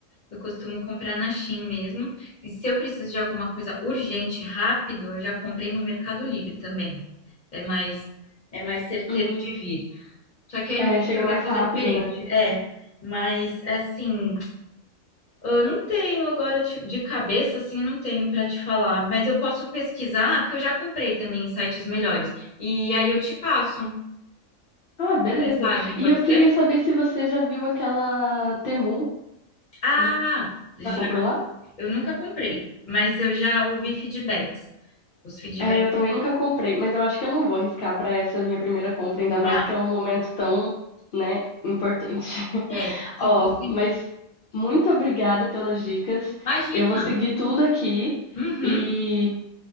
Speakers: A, on the left (about 35°); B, on the left (about 55°).
A: eu costumo comprar na Shein mesmo. E se eu preciso de alguma coisa urgente, rápido, eu já comprei no Mercado Livre também. É mais é mais certeiro
B: Hum,
A: de vir. Só que aí
B: é,
A: não tem
B: chega
A: tanta
B: mais
A: coisa
B: rápido,
A: diferente.
B: né?
A: É, mas assim, Eu não tenho agora ti- de cabeça, assim, eu não tenho para te falar, mas eu posso pesquisar, porque eu já comprei também em sites melhores. E aí eu te passo
B: Ah, beleza.
A: por mensagem,
B: E
A: pode
B: eu queria
A: ser?
B: saber se você já viu aquela Temu.
A: Ah,
B: Já
A: já,
B: já comprou lá?
A: eu nunca comprei, mas eu já ouvi feedbacks. Os feedbacks.
B: É, eu também nunca comprei, mas eu acho que eu não vou arriscar para essa minha primeira compra, ainda mais
A: Ah,
B: que é um momento tão, né, importante. <laughs>
A: é. Se
B: Ó,
A: fosse.
B: mas muito obrigada pelas dicas.
A: Imagina.
B: Eu vou seguir tudo aqui
A: Uhum,
B: e,